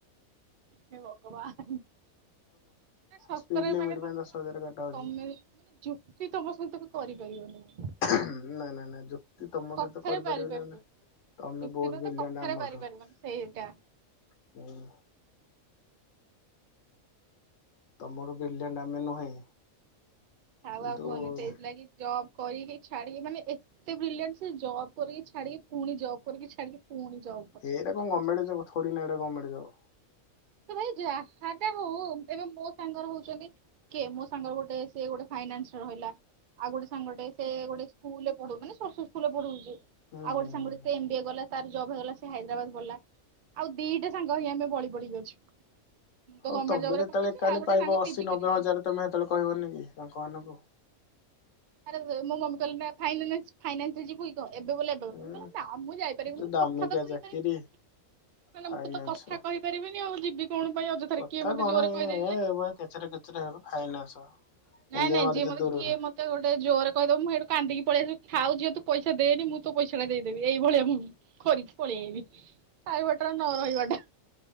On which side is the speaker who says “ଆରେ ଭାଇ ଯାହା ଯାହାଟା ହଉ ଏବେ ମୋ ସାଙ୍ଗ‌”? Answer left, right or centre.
Right